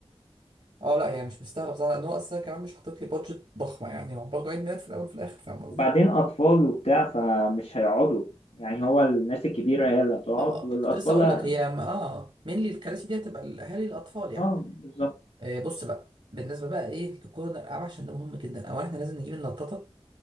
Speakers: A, on the right (about 65°); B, on the left (about 80°).
A: اه لا هي مش مستاهلة بصراحة لأن هو أصلا كمان مش حاطط لي بادجت ضخمة يعني هو برضه عيد ميلاد في الأول وفي الآخر فاهم قصدي؟
B: وبعدين اطفال وبتاع فمش هيقعدوا يعني هو الناس الكبيره هي اللي هتقعد
A: هو
B: والاطفال
A: كنت لسه أقول
B: ه-
A: لك هي ما- اه مين الكراسي دي هتبقى الأهالي الأطفال يعني
B: اه بالظبط
A: آه بص بقى بالنسبة بقى إيه لكورنر الألعاب عشان ده مهم جدا أولا إحنا لازم نجيب النطاطة